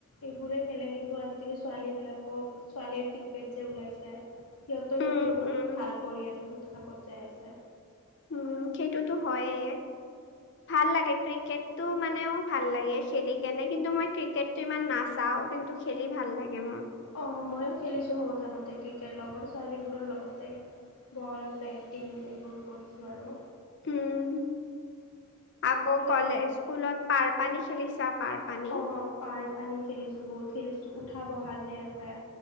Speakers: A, on the left (about 80°); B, on the left (about 55°).
A: এইবোৰেই খেলে কিন্তু আজিকালি ছোৱালীবিলাক। ছোৱালীৰ ক্ৰিকেট যে ওলাইছে সিহঁতও
B: উম,
A: কিন্তু বহুত
B: উম,
A: ভাল কৰি আছে। বহুত আগত যাই আছে।
B: উম সেইটোতো হয়ে ভাল লাগে ক্ৰিকেট। টো মানেও ভাল লাগে খেলি কেনে কিন্তু মই ক্ৰিকেটটো ইমান নাচাও কিন্তু খেলি ভাল লাগে মোৰ।
A: অ ময়ো খেলিছোঁ সৰু থাকোতে ক্ৰিকেট লগৰ ছোৱালীবোৰৰ লগতে। বল, বেটিং এইবোৰ কৰিছোঁ আৰু
B: উম আকৌ
A: সেইটোৱে
B: কলেজ, স্কুলত পাৰ পানী খেলিছা পাৰ। পানী?
A: অ', পাৰ -পানী খেলিছোঁ বহুত খেলিছোঁ উঠা -বহা যে আছে